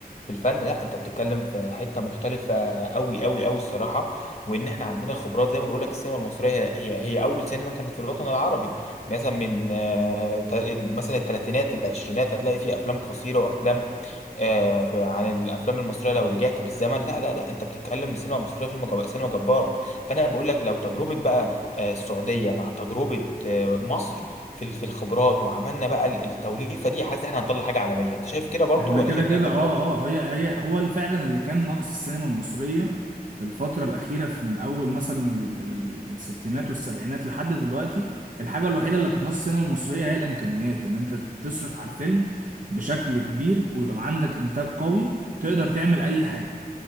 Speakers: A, on the left; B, on the right.
A: في الفن لا انت بتتكلم في حته مختلفه قوي قوي قوي الصراحه وان احنا عندنا خبرات زي ما بقول لك السينما المصريه هي هي هي اول سينما كانت في الوطن العربي مثلا من آه، تا- مثلا الثلاثينات العشرينات هتلاقي فيه افلام قصيره وافلام آه، في عن الافلام المصريه لو رجعت بالزمن لا لا لا انت بتتكلم السينما المصريه فيلم جب... سينما جباره فانا بقول لك لو تجربه بقى آه، السعوديه مع تجربه آه، مصر في ال- في الخبرات وعملنا بقى ال- التوليفه دي حاسس ان احنا هنطلع حاجه عالميه انت شايف كده برضو
B: احنا
A: ولا
B: كده
A: شايف
B: كده
A: ان هي تجربه
B: اه اه هي هي هو اللي فعلا اللي كان ناقص السينما المصرية في الفترة الأخيرة في من أول مثلا ال- ال- الستينات والسبعينات لحد دلوقتي الحاجة الوحيدة اللي كانت ناقص السينما المصرية هي الإمكانيات إن أنت تصرف على الفيلم بشكل كبير ويبقى عندك إنتاج قوي تقدر تعمل أي حاجة